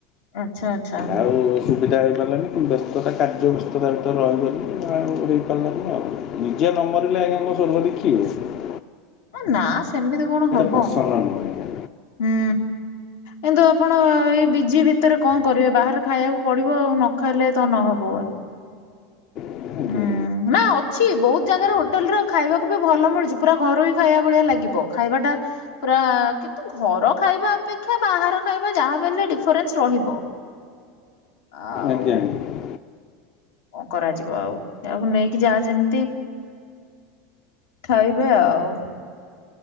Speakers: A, on the left; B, on the left.
A: ଆଚ୍ଛା ଆଚ୍ଛା
B: ଆଉ ସୁବିଧା ହେଇପାରିଲାନି। କିନ୍ତୁ ବ୍ୟସ୍ତତା କାର୍ଯ୍ୟ ବ୍ୟସ୍ତତା ଭିତରେ ରହଗଲି ଆଉ ହେଇପାରିଲାନି ଆଉ। ନିଜେ ନମରିଲେ ଆଜ୍ଞା କଣ ସ୍ୱର୍ଗ ଦେଖିବେ।
A: ନା ସେମିତି କଣ ହବ
B: ପସନ୍ଦ ନୁହେଁ ଆଜ୍ଞା।
A: ହୁଁ। କିନ୍ତୁ ଆପଣ ଏଇ ବିଜି ଭିତରେ କଣ କରିବେ ବାହାରେ ଖାଇବାକୁ ପଡିବ ଆଉ ନ ଖାଇଲେ ତ ନହବ।
B: ଆଜ୍ଞା
A: ହୁଁ।
B: ଆଜ୍ଞା
A: ନା ଅଛି ବହୁତ ଜାଗାରେ ହୋଟେଲେ ରେ ଖାଇବାକୁ ବି ଭଲ ମିଳୁଛି ପୁରା ଘରୋଇ ଖାଇବା ଭଳିଆ ଲାଗିବ ଖାଇବା ଟା ପୁରା କିନ୍ତୁ ଘର ଖାଇବା ଅପେକ୍ଷା ବାହାର ଖାଇବା ଯାହାବି ହେଲେ ଡିଫରେନ୍ସ ରହିବ। ଆଉ।
B: ଆଜ୍ଞା ଆଜ୍ଞା ଆଜ୍ଞା
A: କଣ କରାଯିବ ଆଉ ଏଆକୁ ନେଇକି ଯାହା ଯେମିତି। ଖାଇବେ ଆଉ।